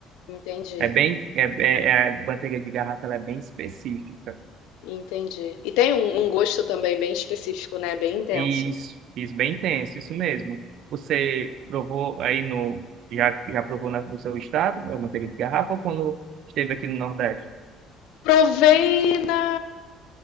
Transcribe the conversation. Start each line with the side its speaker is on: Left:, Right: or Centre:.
Left: Entendi,
Right: É bem, é, é, é- a manteiga de garrafa ela é bem específica.
Left: entendi. E tem um, um gosto também bem específico, né? Bem intenso.
Right: Isso, isso bem tenso, isso mesmo. Você provou aí no. Já, já provou na- no seu estado, a manteiga de garrafa, ou quando esteve aqui no Nordeste?
Left: Provei na,